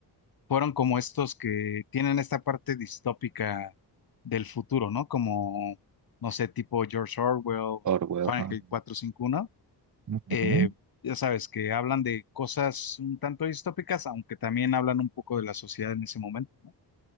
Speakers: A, on the left; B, on the right.
A: fueron como estos que tienen esta parte distópica del futuro, ¿no? Como, no sé, tipo George Orwell,
B: Orwell.
A: Fahrenheit
B: ah,
A: cuatrocientos cincuenta y uno
B: ujú.
A: eh, ya sabes, que hablan de cosas un tanto distópicas, aunque también hablan un poco de la sociedad en ese momento, ¿no?